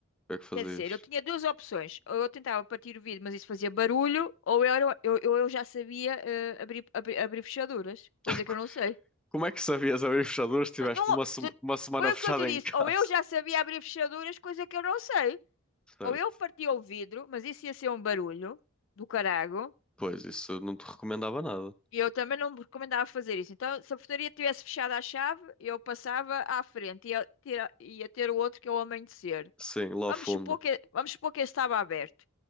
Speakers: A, in the centre; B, on the left.
A: que é que fazias?
B: quer dizer, eu tinha duas opções. Ou eu tentava partir o vidro, mas isso fazia barulho, ou eu, era- eu, eu, eu já sabia eh, abrir, abrir, abrir fechaduras, coisa
A: <laughs>
B: que eu não sei.
A: Como é que sabias abrir fechaduras se tiveste
B: Não, não-
A: uma, sema-
B: tu-
A: uma semana
B: foi
A: fechada
B: o que eu te disse.
A: em casa?
B: Ou eu já sabia abrir fechaduras, coisa que eu não sei.
A: Certo.
B: Ou eu partia o vidro, mas isso ia ser um barulho do carago.
A: Pois, isso eu não te recomendava nada.
B: E eu também não me recomendava fazer isso. Então, se a portaria tivesse fechado à chave, eu passava à frente e ia ter, ia ter o outro que é o amanhecer.
A: Sim, lá
B: Vamos
A: ao fundo.
B: supor que, vamos supor que esse estava aberto.